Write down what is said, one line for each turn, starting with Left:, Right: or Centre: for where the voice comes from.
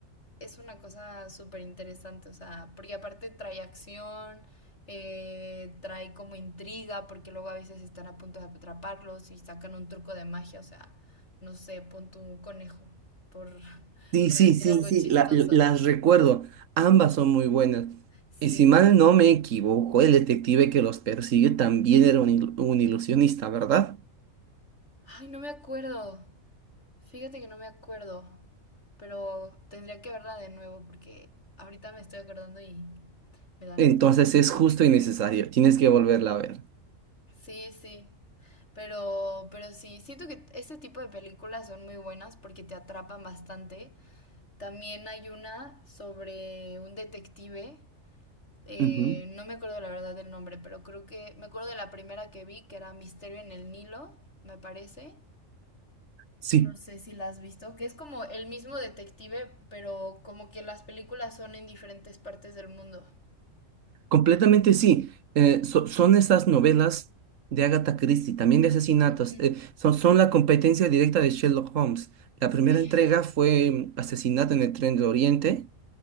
Left: es una cosa súper interesante, o sea, porque aparte trae acción, eh, trae como intriga, porque luego a veces están a punto de atraparlos y sacan un truco de magia, o sea, no sé, pon tu un conejo, por, <laughs>
Right: Sí,
Left: por
Right: sí,
Left: decir
Right: sí,
Left: algo
Right: sí,
Left: chistoso.
Right: la- la- las recuerdo. Ambas son muy buenas.
Left: Sí.
Right: Y si mal no me equivoco, el detective que los persigue también era un, il- un ilusionista, ¿verdad?
Left: Ay, no me acuerdo. Fíjate que no me acuerdo, pero tendría que verla de nuevo porque ahorita me estoy acordando y me da nostalgia.
Right: Entonces es justo y necesario. Tienes que volverla a ver.
Left: Sí, sí. Pero, pero sí, siento que este tipo de películas son muy buenas porque te atrapan bastante. También hay una sobre un detective, eh,
Right: Ujú.
Left: no me acuerdo la verdad del nombre, pero creo que me acuerdo de la primera que vi, que era Misterio en el Nilo, me parece.
Right: Sí,
Left: No sé si la has visto, que es como el mismo detective, pero como que las películas son en diferentes partes del mundo.
Right: completamente sí. Eh, so- son esas novelas de Agatha Christie, también de asesinatos.
Left: Ujú.
Right: eh, son, son la competencia directa de Sherlock Holmes. La
Left: Sí.
Right: primera entrega fue mm, Asesinato en el Tren de Oriente.